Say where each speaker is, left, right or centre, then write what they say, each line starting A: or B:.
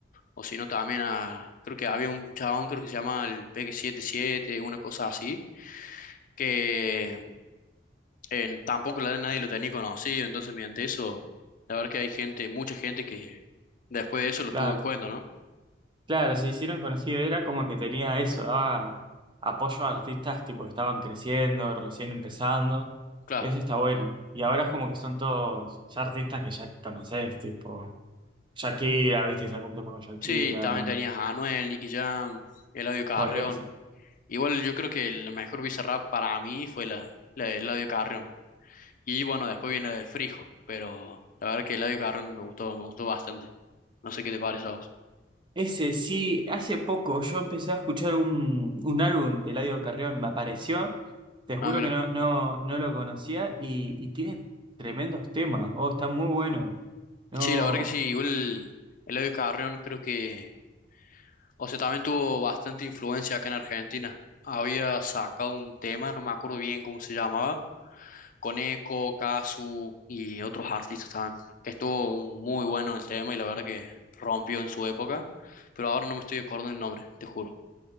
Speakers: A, on the left; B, on the right.
A: o si no también a, creo que había un chabón, creo que se llama el Peque 77, una cosa así, que en, tampoco la- nadie lo tenía conocido, entonces mediante eso, la verdad que hay gente, mucha gente que después de eso lo
B: Claro,
A: tuvo en cuenta, ¿no?
B: claro, se hicieron conocido, era como que tenía eso, daba apoyo a artistas tipo que estaban creciendo, recién empezando,
A: Claro.
B: y eso está bueno. Y ahora es como que son todos ya artistas que ya conoces, tipo Shakira, viste, sacó un tema con Shakira,
A: Sí, también tenías a Anuel, Nicky Jam, Eladio Carrión.
B: por eso.
A: Igual yo creo que el mejor Bizarrap para mí fue la, la de Eladio Carrión. Y bueno, después viene la de Frijo, pero la verdad que Eladio Carrión me gustó, me gustó bastante. No sé qué te parece a vos.
B: Ese sí, hace poco yo empecé a escuchar un, un álbum de Eladio Carrión, me apareció, te
A: Ah,
B: juro
A: mira.
B: que no, no, no lo conocía y, y tiene tremendos temas, oh, está muy bueno. No,
A: Sí, la verdad que sí, igual Eladio Carrión creo que, o sea, también tuvo bastante influencia acá en Argentina. Había sacado un tema, no me acuerdo bien cómo se llamaba, con Eco, Casu y otros artistas también, que estuvo muy bueno el tema y la verdad que rompió en su época, pero ahora no me estoy acordando el nombre, te juro.